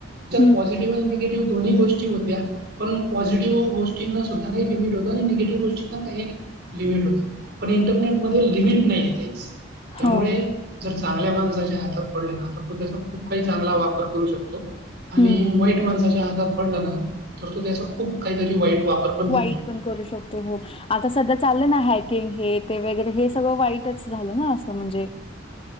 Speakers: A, on the left; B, on the right.
A: हं.
B: पॉझिटिव्ह आणि निगेटिव्ह दोन्ही गोष्टी होत्या. पण पॉझिटिव्ह गोष्टींना सुद्धा काही लिमिट होतं, आणि निगेटिव्ह गोष्टींना काही लिमिट होतं. पण इंटरनेटमध्ये लिमिट नाहीये काहीच त्यामुळे.
A: हो
B: जर चांगल्या माणसाच्या हातात पडल ना त तो त्याचा खूप काही चांगला वापर करू शकतो. आणि
A: हम्म
B: वाईट माणसाच्या हातात पडला ना तर तो त्याचा खूप काहीतरी वाईट वापर पण करू
A: वाईट
B: शकतो.
A: पण करू शकतो हो आता सध्या चाललं ना हॅकिंग, हे ते वगैरे हे, सगळं वाईटच झालं ना असं म्हणजे.